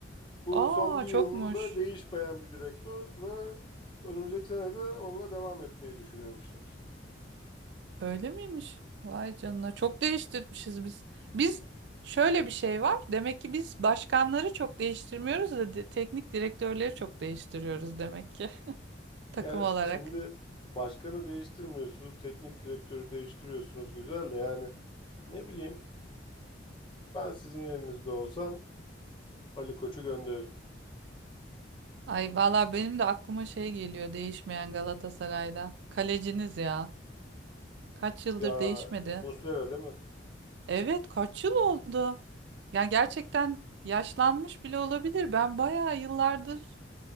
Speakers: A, on the left; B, on the right.
A: Bu
B: Aa
A: son bir yılda
B: çokmuş.
A: değişmeyen bir direktör ve önümüzdeki sene de onunla devam etmeyi düşünüyormuşsunuz.
B: Öyle miymiş? Vay canına. Çok değiştirmişiz biz. Biz şöyle bir şey var. Demek ki biz başkanları çok değiştirmiyoruz da di- teknik direktörleri çok değiştiriyoruz demek ki <laughs> takım
A: Yani
B: olarak.
A: şimdi başkanı değiştirmiyorsunuz, teknik direktörü değiştiriyorsunuz. Güzel de yani ne bileyim ben sizin yerinizde olsam Ali Koç'u gönderirim.
B: Ay valla benim de aklıma şey geliyor değişmeyen Galatasaray'da. Kaleciniz ya. Kaç yıldır
A: Ya
B: değişmedi.
A: e, Muslera değil mi?
B: Evet kaç yıl oldu. Ya gerçekten yaşlanmış bile olabilir. Ben bayağı yıllardır